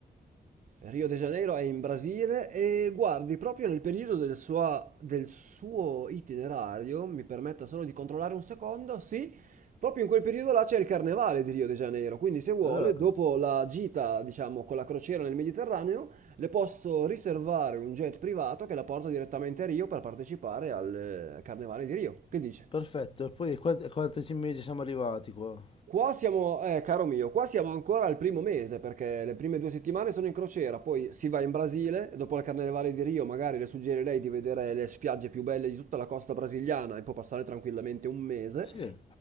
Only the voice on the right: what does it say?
Rio de Janeiro è in Brasile e guardi, proprio nel periodo del sua- del suo itinerario, mi permetta solo di controllare un secondo, sì, proprio in quel periodo là c'è il carnevale di Rio de Janeiro, quindi se vuole,
dopo la gita, diciamo, con la crociera nel Mediterraneo, le posso riservare un jet privato che la porta direttamente a Rio per partecipare al eh, carnevale di Rio. Che dice?
Qua siamo, eh, caro mio, qua siamo ancora al primo mese perché le prime due settimane sono in crociera, poi si va in Brasile e dopo la Carnevale di Rio magari le suggerirei di vedere le spiagge più belle di tutta la costa brasiliana e può passare tranquillamente un mese.